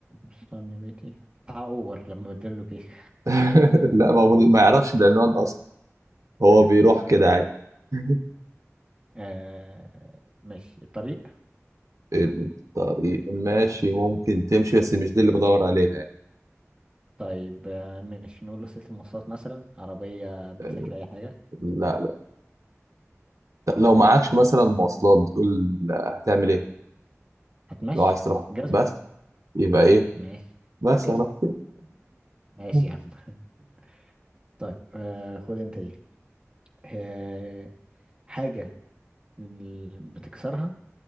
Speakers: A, on the right; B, on the right.
A: استني بيتي بتاع اوبر لما بدله كيك
B: <laughs> لا ما هو من- ما يعرفش العنوان اصلا هو بيروح
A: <laughs>
B: كده عادي <laughs>
A: آه ماشي الطريق
B: الطريق ماشي ممكن تمشي بس مش دي اللي بدور عليها يعني
A: طيب آه، مش نقول له سلسلة مواصلات مثلا عربية موتوسيكل
B: آه،
A: أي حاجة
B: لا لا لا،
A: طب
B: لو معكش
A: إيه طيب
B: مثلا مواصلات بتقول لا، هتعمل ايه
A: هتمشي
B: لو عايز تروح
A: جزمة
B: بس يبقى ايه
A: ماشي
B: بس
A: جزمة
B: يا رب
A: ماشي
B: <laughs>
A: يا عم <laughs> طيب آه خد أنت دي آه، حاجة ال- بتكسرها